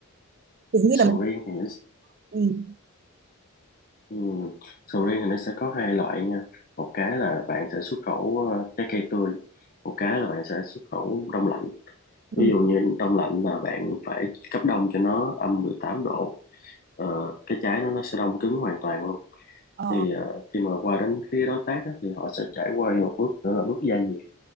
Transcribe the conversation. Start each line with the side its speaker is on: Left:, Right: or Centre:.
Right: Kiểu như
Left: sầu
Right: là mình
Left: riêng thì nó,
Right: ừ.
Left: ừm, sầu riêng thì nó sẽ có hai loại nha một cái là bạn sẽ xuất khẩu ờ, trái cây tươi một cái là bạn sẽ xuất khẩu đông lạnh ví
Right: Ừ.
Left: dụ như đông lạnh là bạn phải cấp đông cho nó âm 18 độ Ờ, cái trái nó nó sẽ đông cứng hoàn toàn luôn
Right: Ờ.
Left: thì ờ, khi mà qua đến phía đối tác á, thì họ sẽ trải qua một bước nữa là bước gia nhiệt